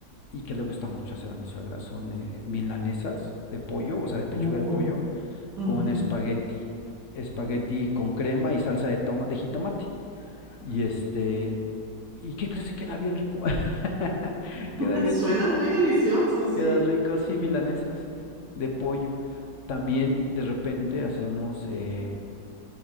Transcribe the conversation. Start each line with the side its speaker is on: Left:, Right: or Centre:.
Left: y que le gusta mucho hacer a mi suegra son eh, milanesas de pollo, o sea, de pechuga
Right: Oh,
Left: de pollo
Right: ujú.
Left: con espagueti, espagueti con crema y salsa de toma de jitomate. Y este, ¿y qué crees que queda bien rico? <laughs> Queda
Right: <laughs>
Left: bien
Right: Suena
Left: rico.
Right: muy delicioso, sí.
Left: Queda rico, sí, milanesas de pollo. También de repente hacemos eh,